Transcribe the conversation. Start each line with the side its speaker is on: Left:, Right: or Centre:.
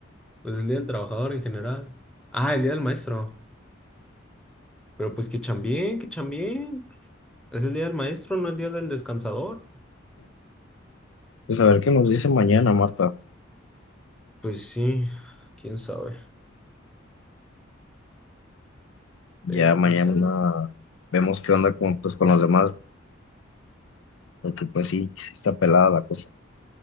Centre: Pues el Día del Trabajador en general. Ah, el Día del Maestro. Pero pues que chambien, que chambien. Es el Día del Maestro, no el Día del Descansador.
Left: Pues a ver qué nos dice mañana, Marta.
Centre: Pues sí, quién sabe.
Left: Ya
Centre: Pero
Left: mañana
Centre: pues ya.
Left: vemos qué onda con, pues, con los demás, porque pues sí, sí está pelada la cosa.